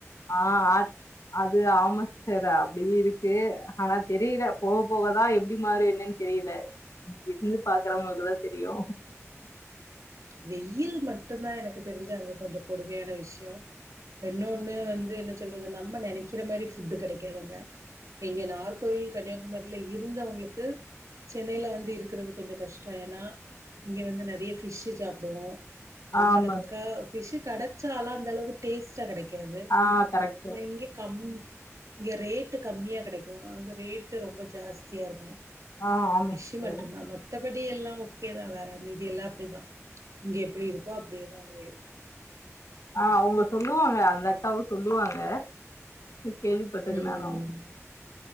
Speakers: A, on the left; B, on the right.
A: ஆ அத் அது ஆமா ஸ் ஸ்டர் அப்டீ இருக்கு ஆனா தெரில போக போகதா எப்டி மாறு என்னன் தெரில இங்க இருந்து பாக்குறவங்களுக்குதா தெரியூ
B: வெயில் மட்டுந்தா எனக்கு தெரிஞ்சு அங்க கொஞ்சோ கொடுமையான விஷ்யோ இன்னொன்னு வந்து என்ன சொல்றது நம்ம நெனைக்கிற மாரி ஃபுட்டு கெடைக்காது அங்க இங்க நார்கோயில் கன்னியாகுமரில இருந்தவங்குளுக்கு சென்னையில வந்து இருக்கிறது கொஞ்சோ கஷ்டோ ஏனா இங்க வந்து நறைய ஃபிஷ்ஷிர் கு அப்றோ அங்க
A: ஆமா
B: நமக்க ஃபிஷ்ஷு கெடைச்சாலு அந்தளவுக்கு டேஸ்டா கெடைக் க்கேது
A: ஆஹ் கரெக்ட்
B: நம்ம இங்க கம் இங்க ரேட்டு கம்மியா கெடைக்கூ அங்க ரேட்டு ரொம்ப ஜாஸ்தியார்க்கூ
A: ஆஹ் ஆமா
B: ஃபிஷ்ஷு
A: சிஸ்டர்
B: மட்டுந்தா மத்தபடி எல்லா ஓகேதா வேற மீதி எல்லா அப்டிதா இங்க எப்டிருக்கோ அப்டியேதா அங்கயு
A: ஆ அவுங்க சொல்லுவாங்க அந்தக்காவூ சொல்லுவாங்க எ கேள்விப்பட்டுக்கே
B: ம்
A: நானூ